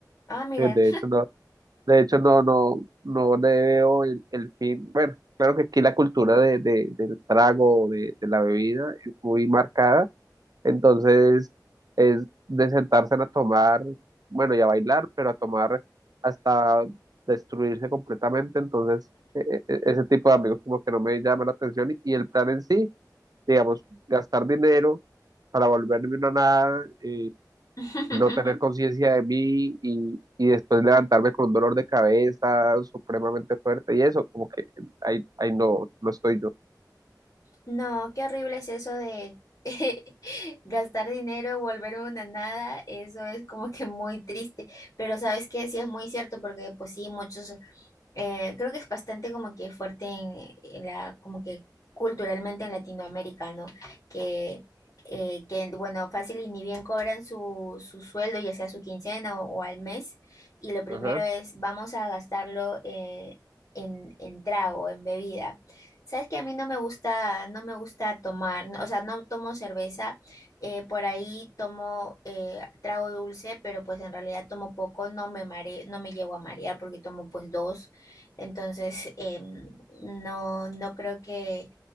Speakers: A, on the left; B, on the right.
A: Ah, mira.
B: eh, de hecho, no. De hecho, no, no, no le veo el, el fin. Bueno, claro que aquí la cultura de, de- del trago, de, de la bebida, es muy marcada. Entonces, es de sentarse a tomar, bueno, y a bailar, pero a tomar hasta destruirse completamente. Entonces, e- e- e, ese tipo de amigos como que no me llama la atención. Y, y el plan en sí, digamos, gastar dinero para volverme una nada, eh,
A: <laughs>
B: no tener conciencia de mí y, y después levantarme con un dolor de cabeza supremamente fuerte y eso, como que ahí, ahí no, no estoy yo.
A: No, qué horrible es eso de <laughs> gastar dinero, volverme una nada, eso es como que muy triste, pero sabes que sí es muy cierto porque pues sí, muchos eh, creo que es bastante como que fuerte en, en la, como que culturalmente en Latinoamérica, ¿no? Que, eh, que bueno, fácil y ni bien cobran su, su sueldo, ya sea su quincena o, o al mes, y lo primero
B: Ajá.
A: es, vamos a gastarlo eh, en, en trago, en bebida. Sabes que a mí no me gusta, no me gusta tomar, no- o sea, no tomo cerveza, eh, por ahí tomo eh, trago dulce, pero pues en realidad tomo poco, no me mare, no me llego a marear porque tomo pues dos entonces, em, no, no creo que,